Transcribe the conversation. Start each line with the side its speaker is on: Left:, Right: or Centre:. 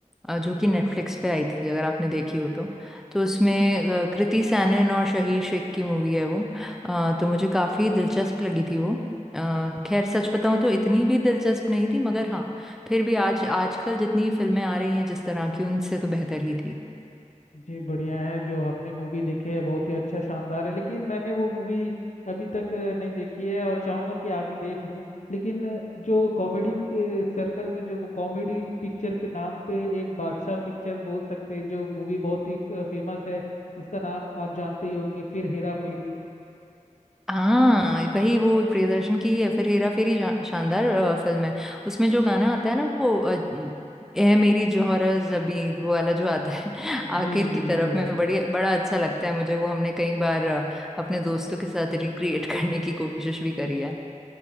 Centre: अ, जो कि नेटफ्लिक्स पे आई थी अगर आपने देखी हो तो तो उसमें अ, कृति सैनन और शहीर शेख की मूवी है वो अ, तो मुझे काफी दिलचस्प लगी थी वो अ, खैर सच बताऊं तो इतनी भी दिलचस्प नहीं थी मगर हाँ फिर भी आज आजकल जितनी फिल्में आ रही हैं जिस तरह की उनसे तो बेहतर ही थी
Left: जी बढ़िया है जो आपने मूवी देखी है बहुत ही अच्छा शानदार है लेकिन मैंने वो मूवी अभी तक अ, नहीं देखी है और चाहूंगा कि आगे देख लूं लेकिन अ, जो कॉमेडी के सर्कल में जो कॉमेडी पिक्चर के नाम पे एक बादशाह पिक्चर बोल सकते हैं जो मूवी बहुत ही फेमस है उसका नाम आप जानते ही होंगे फिर हेरा फेरी
Centre: हाँ वही वो प्रियदर्शन की ही है फिर हेरा फेरी जा- शानदार अ, फिल्म है उसमें जो गाना आता है ना वो अ, ए मेरी जौहर जबीं वो वाला जो आता है <laughs>
Left: जी
Centre: आखिर
Left: जी
Centre: की
Left: बिल्कुल
Centre: तरफ
Left: बिल्कुल
Centre: में बड़ी बड़ा अच्छा लगता है मुझे वो हमने कई बार अ, अपने दोस्तों के साथ रिक्रिएट करने की कोशिश भी करी है